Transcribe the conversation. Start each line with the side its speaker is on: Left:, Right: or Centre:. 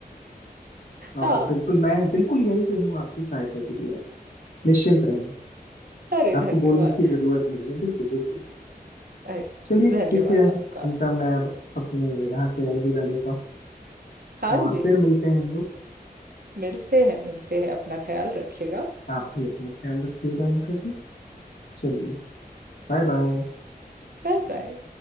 Right: <laughs>
Left: और
Right: हाँ
Left: बिल्कुल मैं बिल्कुल यहीं पे हूँ आपकी सहायता के लिए आप निश्चिंत रहें
Right: अरे
Left: आपको
Right: धन्यवाद
Left: बोलने की जरूरत नहीं है बिल्कुल बिल्कुल
Right: अरे
Left: चलिए
Right: धन्यवाद
Left: ठीक है
Right: आपका
Left: इनका मैं अब अपने यहाँ से अलविदा लेता हूँ
Right: हाँ
Left: और
Right: जी
Left: फिर मिलते हैं हम लोग
Right: मिलते हैं मिलते हैं अपना ख्याल रखिएगा
Left: आप भी अपना ख्याल रखिएगा अंका जी चलिए बाय बाय
Right: Bye bye